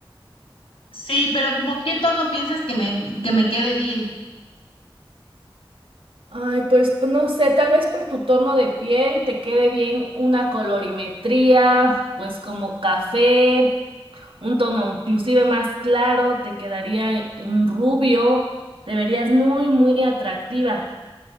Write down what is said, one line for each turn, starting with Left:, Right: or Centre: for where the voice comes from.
Left: Sí, pero como qué tono piensas que me, que me quede bien.
Right: Ay, pues p- no sé, tal vez por tu tono de piel te quede bien una colorimetría, pues como café, un tono inclusive más claro, te quedaría un rubio, te verías muy, muy atractiva.